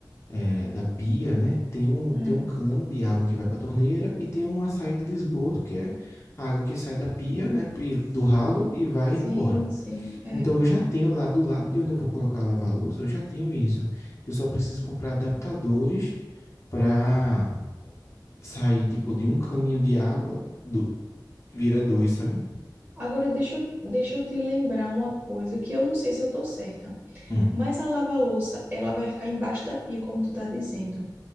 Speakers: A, on the left (about 40°); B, on the right (about 30°).
A: é, da pia, né, tem um
B: Hum.
A: tem um cano de água que vai para a torneira e tem uma saída de esgoto que é a água que sai da pia, né, e- do ralo e vai
B: Sim,
A: embora.
B: sim, é.
A: Então eu já tenho lá do lado de onde eu vou colocar a lava-louça, eu já tenho isso. Eu só preciso comprar adaptadores para sair, tipo, de um caninho de água, do, vira dois, sabe?
B: Agora deixa eu, deixa eu te lembrar uma coisa que eu não sei se eu tô certa,
A: Um.
B: mas a lava-louça, ela vai ficar embaixo da pia, como tu tá dizendo.